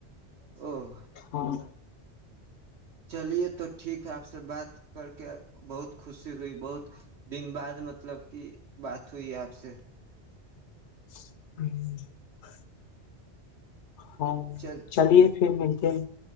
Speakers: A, on the right; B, on the left.
A: او
B: ہاں
A: چلیے تو ٹھیک ہے آپ سے بات کر کے بہت خوشی ہوئی بہت دن بعد مطلب کہ بات ہوئی آپ سے
B: <inaudible> ہاں
A: چل
B: چلیے پھر ملتے ہیں